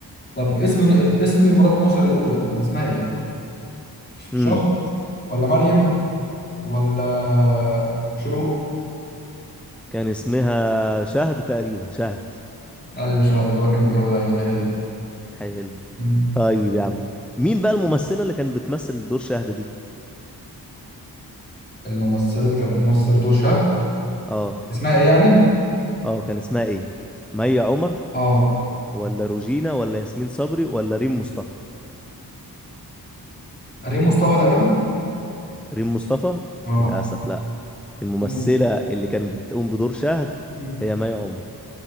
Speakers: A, on the left; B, in the centre.
A: طب اسم اسم مرات ناصر الاولى كان اسمها ايه شهد
B: امم
A: ولا مريم ولا شروق
B: كان اسمها شهد تقريبا شهد
A: ايوه شهد اللي هو كان الجو ايوه هي
B: حلو
A: دي
B: طيب يا عم مين بقى الممثلة اللي كانت بتمثل دور شهد دي
A: الممثلة اللي كانت بتمثل دور شهد
B: اه
A: اسمها ايه يعني؟
B: اه كان اسمها ايه مي عمر
A: اه
B: ولا روجينا ولا ياسمين صبري ولا ريم مصطفى
A: ريم مصطفى تقريبا
B: ريم مصطفى
A: اه
B: للأسف لا الممثلة
A: أم-
B: اللي كانت بتقوم بدور شهد
A: أم.
B: هي مي عمر